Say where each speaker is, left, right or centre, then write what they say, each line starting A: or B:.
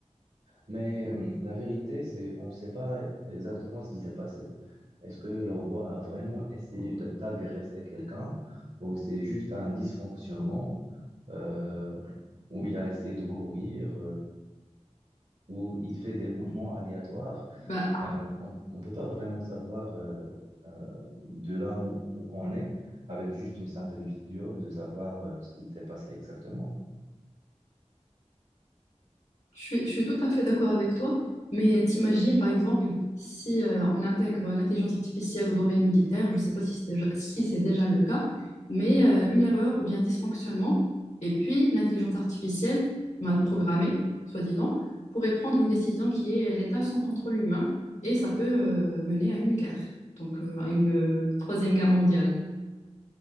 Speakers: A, on the right; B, on the left.
A: Mais euh, la vérité, c'est on ne sait pas exactement ce qui s'est passé. Est-ce que le robot a vraiment essayé d- d'agresser quelqu'un ou c'est juste un dysfonctionnement euh, où il a essayé de courir où il fait des mouvements aléatoires,
B: Bah,
A: euh, on ne peut pas vraiment savoir euh, euh, de là où, où on est avec juste une simple vidéo de savoir euh, ce qui s'est passé exactement.
B: Je suis, je suis tout à fait d'accord avec toi, mais t'imagines, par exemple, si euh, on intègre l'intelligence artificielle au domaine militaire, je ne sais pas si c'est déjà, si c'est déjà le cas, mais euh, une erreur ou bien un dysfonctionnement, et puis l'intelligence artificielle, mal programmée, soi-disant, pourrait prendre une décision qui est létale sans contrôle humain, et ça peut euh, mener à une guerre, donc euh, à une euh, troisième guerre mondiale.